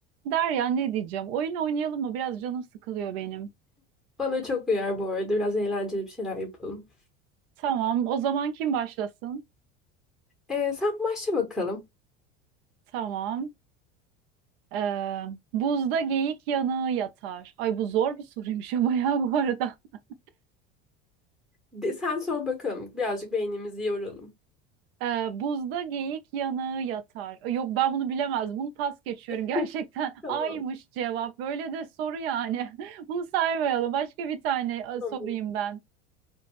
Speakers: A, on the right; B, in the centre.
A: Derya ne diyeceğim? Oyun oynayalım mı? Biraz canım sıkılıyor benim.
B: Bana çok uyar bu arada. Biraz eğlenceli bir şeyler yapalım.
A: Tamam. O zaman kim başlasın?
B: Ee, sen başla bakalım.
A: Tamam. Ee, buzda geyik yanığı yatar. Ay bu zor bir soruymuş <laughs> ama ya bu arada. <laughs>
B: De- sen sor bakalım. Birazcık beynimizi yoralım.
A: Ee, buzda geyik yanığı yatar. Ay, Yok ben bunu bilemez. Bunu pas geçiyorum.
B: <laughs>
A: Gerçekten <laughs>
B: Tamam.
A: aymış cevap. Böyle de soru yani. <laughs> Bunu saymayalım. Başka bir tane e,
B: Tamam.
A: sorayım ben.